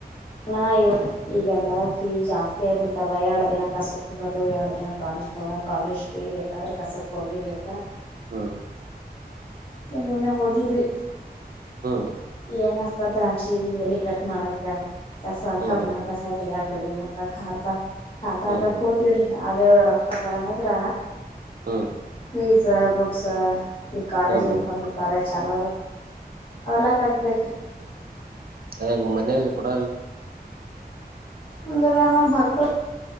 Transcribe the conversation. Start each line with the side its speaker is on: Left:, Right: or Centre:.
Left: ನ ಇವ ಈಗೆಲ್ಲ ಫೀ ಜಾಸ್ತಿ ಆಗಬಿಟ್ಟವ ಎರಡು ದಿನ ಕಸಕ್ ಹೋಗೋದು ಎರಡು ದಿನ ಕಾಲೇಜ್ ಹೋಗೋದು ಕಾಲೇಜ್ ಫೀ ಬೇಕಾದ್ರೆ ಕಸಕ್ ಹೋಗಿಬೇಕ
Right: ಹ್ಮ
Left: ಏನನ್ನ ಹೋಗಿದ್ವಿ
Right: ಹಾ
Left: ಏನ್ಸ್ತ ದ್ರಾಕ್ಷಿ ಎಲ್ಲಿ ಕಟ್ ಮಾಡಾಕ ಕೆಸ
Right: ಹ್ಮ್
Left: ಹಬನ
Right: ಹ್ಮ್
Left: ಕಸಾ ತ ಲಿ ಮಾತಾ ಾತಾ ಹಾ ತಾಕ
Right: ಹ್ಮ್
Left: ಹೋತಿವ್ರಿ ಅದೇ ರೊಕ್ಕ ಬಡಾನ ಇದ್ರ
Right: ಹ್ಮ
Left: ಫ್ರೀಸ್ ಬುಕ್ಸ ಈ ಕಾಲೇಜ್ ಇನ್ಕೋನ್
Right: ಹ್ಮ್ ಹ್ಮ್
Left: ಈ ಕಾಲೇಜ್ ಚಲ ಅವೆಲ್ಲ ಕಟ್ಟ ಬೇಕ್ರ
Right: ಈಗ ಮನೇಲಿ ಕಡ
Left: ಅಂದಲಣ ಭಕ್ಕಳ